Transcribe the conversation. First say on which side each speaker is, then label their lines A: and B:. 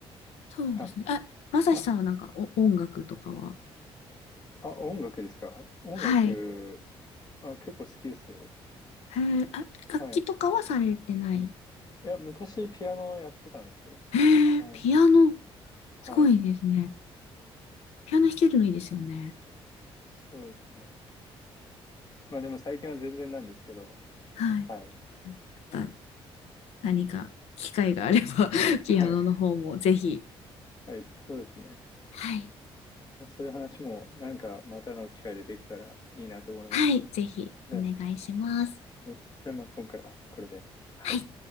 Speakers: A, on the left; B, on the left.
A: そうですね。
B: あ、
A: あ、まさしさんはなんかお音楽とかは
B: ああ、音楽ですか音楽、
A: はい。
B: あ、結構好きですよ。
A: へえ、あ、楽器とかはされてない。
B: はい。いや、昔ピアノをやってたんですよ。
A: へえ、
B: はい。
A: ピアノ、
B: はい。
A: すごいですね。ピアノ弾けるのいいですよね。
B: そうですね。まあでも最近は全然なんですけど。
A: はい。
B: はい。
A: また何か機会があれば <laughs>
B: はい。
A: ピアノの方もぜひ。
B: はい。そうですね。
A: はい。
B: まあそういう話もなんかまたの機会でできたらいいなと思います。
A: はい、ぜひお願いします。
B: じゃあ、ね、じゃあまあ今回はこれで。はい。
A: はい。